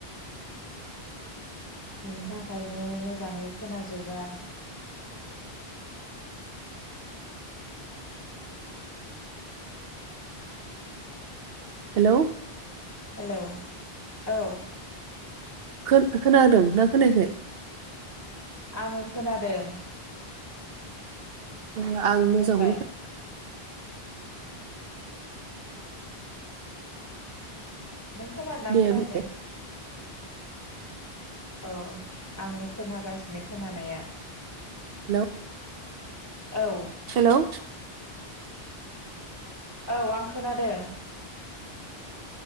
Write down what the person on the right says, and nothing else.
हेल'
खोन खोनादों ना खोनायाखाय?
ओ आं मोजांखौनो
खोन
दे
बुं।
हेल'
हेल'